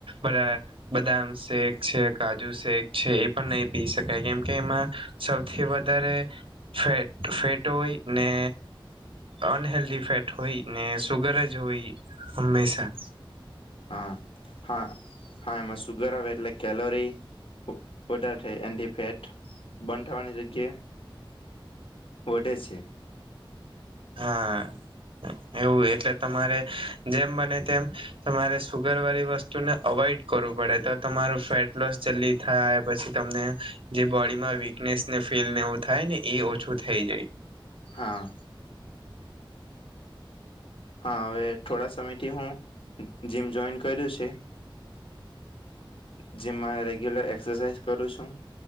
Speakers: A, on the right; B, on the left.
A: બઢા બદામ શેક છે કાજુ શેક છે એ પણ નઈ પી શકાય કેમ કે એમાં સૌથી વધારે ફેટ ફેટ હોય ને અનહેેલ્ધી ફેટ હોય ને સુગર જ હોય હંમેશા
B: હા હા હા એમાં સુગર આવે એટલે કેલરી વધાર થઈ એનથી ફેટ બંધ થવાની જગ્યા વઢે છે.
A: હાં. એવું એટલે તમારે જેમ બને તેમ તમારે સુુગર વારી વ સ્તુને અવોઈડ કરવું પડે તો તમારું ફેટ લોસ જલ્દી થાય પછી તમને જે બોડીમાં વીકનેસને ફીલને એવું થાય ને એ ઓછું થઈ જાય.
B: હા. હા અવે થોડા સમયથી હું જીમ જોઈન કર્યું છે. જીમમાં રેગ્યુલર એક્સરસાઇઝ કરું છું.